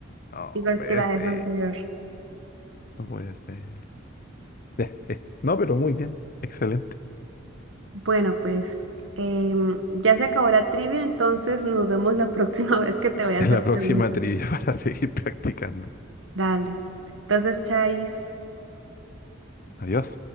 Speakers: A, on the left (about 45°); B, on the right (about 75°).
A: No
B: igual
A: puede
B: que la
A: ser.
B: vez anterior.
A: No puede ser. Ya, es- No, pero muy bien. Excelente. <laughs>
B: Bueno, pues em, ya se acabó la trivia, entonces nos vemos la próxima <laughs> vez que te voy a hacer
A: En la próxima
B: preguntas.
A: trivia <laughs> para seguir practicando.
B: Dale. Entonces, Chais.
A: Adiós.